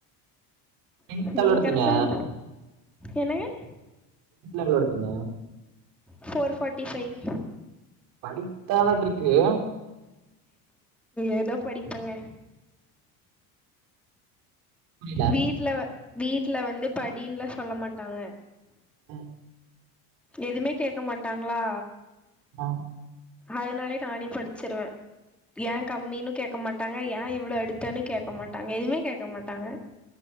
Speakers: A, on the right; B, in the centre.
A: கின்ட்
B: நீங்க
A: எவ்ளோ எடுத்தீங்க
B: கரெக்ஷன் என்னங்க
A: எவ்வளோ எடுத்தீங்க
B: போர் ஃபார்ட்டி ஃபைவ்
A: அடிப்பான ட்ரிப் ஏ
B: ஏதோ படிப்பங்க
A: புரில
B: வீட்ல வ வீட்ல வந்து படின்லா சொல்ல மாட்டாங்க
A: ம்
B: எதுமே கேக்க மாட்டாங்ளா
A: ஆ
B: அதனாலயே நானே படிச்சிருவே ஏ கம்மின்னு கேக்க மாட்டாங்க ஏ இவ்ள எடுத்தனு கேக்க மாட்டாங்க எதுமே கேக்க மாட்டாங்க